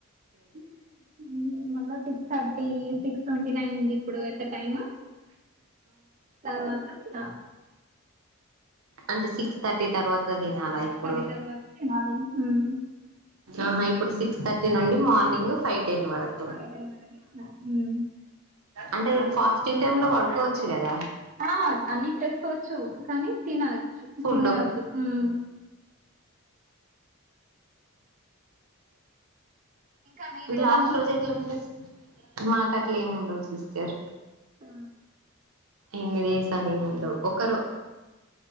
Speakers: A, on the right (about 35°); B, on the right (about 90°).
A: ఉ హ్ ఉమ్మ్ మల్ల six thirty six twenty nine అండి ఇప్పుడు వరకు టైమ్ తర్వాత తినాలి
B: అంటే సిక్స్ థర్టీ తర్వాత మీర్ తినాల
A: సిక్స్
B: ఇప్పుడు
A: థర్టీ తర్వాత తినాలి ఉమ్
B: ఆహా ఇప్పుడు సి క్స్ థర్టీ నుండి మార్నింగ్ ఫైవ్ టెన్ వరకు
A: ఫైవ్ టెన్ వరకు తినాలి ఉమ్
B: అంటే ఫాస్టింగ్ టైమ్ లో పడుకోచు కదా
A: ఆ అన్ని చేస్కోచ్చు కానీ తినచ్చు
B: ఫుడ్
A: తినవద్దు
B: ఒక్క
A: ఉమ్ ఇంకా మీది
B: లాస్ట్
A: ఎలా
B: రోజ ఎట్లా ఉంటది మాక్ అట్ల ఏమ్ ఉండవ్ సిస్టర్
A: ఆ
B: ఎన్ని డేస్ అని ఏం ఉండవ్ ఒకరు
A: కావచ్చు